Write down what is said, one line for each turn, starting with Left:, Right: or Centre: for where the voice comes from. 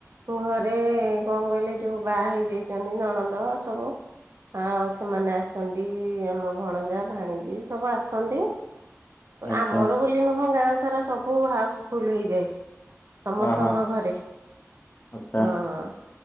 Right: ଘରେ କଣ କହିଲେ ଯେଉଁ ବାହା ହେଇଯାଇଛନ୍ତି ନଣନ୍ଦ ନ୍ଦ ସବୁ। ଆଉ ସେମାନେ ଆସନ୍ତି ଆମ ଭଣଜା ଭାଣିଜୀ ସବୁ ଆସନ୍ତି।
Left: ଆଚ୍ଛା
Right: ଆମର ବୋଲି ନୁହଁ ଗାଁ ସାରା ସବୁ ହାଉସଫୁଲ ହେଇଯାଏ। ସମସ୍ତଙ୍କ
Left: ହଁ ହଁ
Right: ଘରେ
Left: ଆଚ୍ଛା।
Right: ହଁ ହଁ।